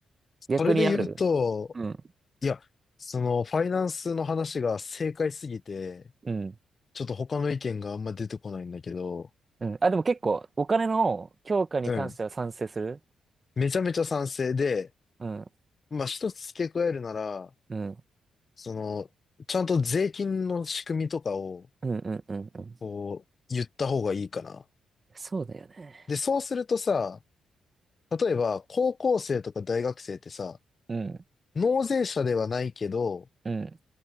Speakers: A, on the right; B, on the left.
A: う。逆にある
B: それで言うと、
A: うん。
B: いや、その、ファイナンスの話が正解すぎて、
A: うん。
B: ちょっと他の意見があんま出てこないんだけど、
A: うん。あ、でも結構、お金の強化に関しては賛成する。
B: うん。めちゃめちゃ賛成で、
A: うん。
B: まあ一つ付け加えるなら、
A: うん。
B: その、ちゃんと税金の仕組みとかを、
A: うんうんうんうん。
B: こう、言った方がいいかな。
A: そうだよね。
B: で、そうするとさ、例えば、高校生とか大学生ってさ、
A: うん。
B: 納税者ではないけど、
A: うん。